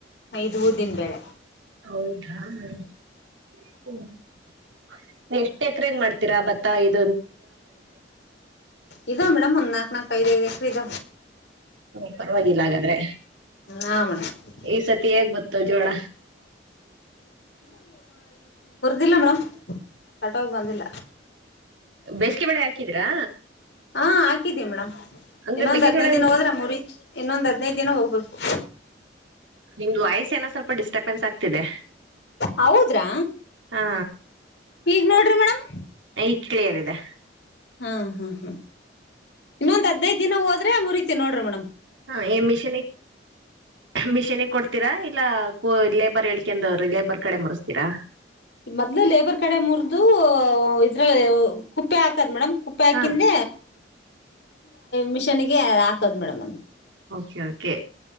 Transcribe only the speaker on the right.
ಹೌದಾ ಎಷ್ಟ್ ಎಕರೆಗ್ ಮಾಡ್ತೀರಾ ಬತ್ತ ಆದು
ಪರವಾಗಿಲ್ಲ ಹಾಗಾದ್ರೆ
ಈ ಸತಿ ಹೇಗ್ ಗತ್ತು ಜೋಳ
ಬೇಸಿಗೆ ಬಳೆ ಹಾಕಿದ್ರಾ
ಅಂದ್ರೆ
ಮೆಕ್ಕೆಜೋಳ
ನಿಮ್ದ್ ವಯಸ್ಸ ಏನೋ ಸ್ವಲ್ಪ ಡಿಸ್ಟರ್ಬೆನ್ಸ್ ಆಗ್ತಿದೆ
ಹಾ
ಈಗ ಕ್ಲಿಯರ್ ಇದೆ
ಹಾ ಮಿಷನ್ಿ ಮಿಷೀನ್ಿಗೆ ಕೊಡ್ತೀರಾ ಇಲ್ಲ ಹ ಲೇಬರ್ ಹೇಳಳ್ಿಕೆಂದ್ರಿ ಲೇಬರ್ ಕಡೆ ಮರೆಸ್ತೀರಾ
ಹಾ
ಕೆ ಕೆ